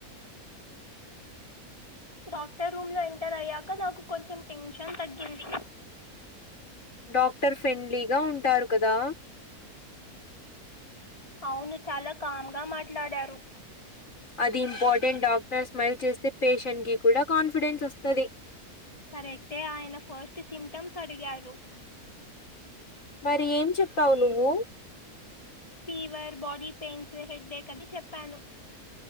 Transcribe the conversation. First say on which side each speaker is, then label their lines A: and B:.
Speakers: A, on the left (about 20°); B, on the left (about 55°).
A: డాక్టర్ రూమ్ లో ఎంటర్ అయ్యాక నాకు కొంచెం టెన్షన్ తగ్గింది
B: డాక్టర్ ఫ్రెండ్లీగా ఉంటారు కదా
A: అవును చాలా కామ్ గా మాట్లాడారు
B: అది ఇంపార్టెంట్ డాక్టర్ స్మైల్ చేస్తే పేషెంట్ కి కూడా కాన్ఫిడెన్స్ వస్తది
A: కరెక్టే ఆయన ఫస్ట్ సిమ్టమ్స్ అడిగారు
B: మరి ఏం చెప్పావు నువ్వు
A: fever body pains headache అది చెప్పాను